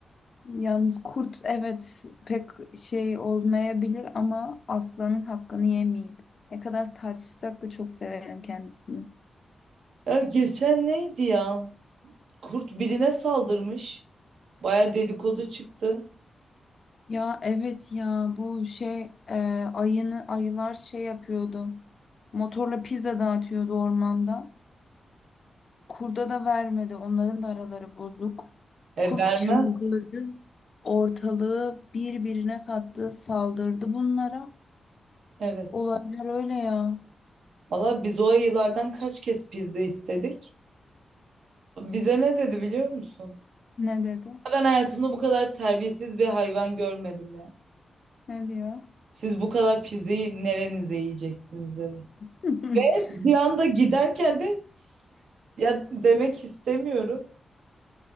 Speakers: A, on the left (about 45°); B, on the right (about 75°).
A: Yalnız kurt evet pek şey olmayabilir ama aslanın hakkını yemeyeyim. Ne kadar tartışsak da çok severim kendisini.
B: Ya geçen neydi ya? Kurt birine saldırmış. Baya dedikodu çıktı.
A: Ya evet ya bu şey e, ayını ayılar şey yapıyordu. Motorla pizza dağıtıyordu ormanda. Kurda da vermedi. Onların da araları bozuk.
B: E
A: Kurt
B: vermez.
A: çıldırdı. Ortalığı birbirine kattı, saldırdı bunlara.
B: Evet.
A: Olaylar öyle ya.
B: Valla biz o ayılardan kaç kez pizza istedik? Bize ne dedi biliyor musun?
A: Ne dedi?
B: Ben hayatımda bu kadar terbiyesiz bir hayvan görmedim ya.
A: Ne diyor?
B: Siz bu kadar pizzayı nerenize yiyeceksiniz dedi.
A: <laughs>
B: Bir anda giderken de ya demek istemiyorum.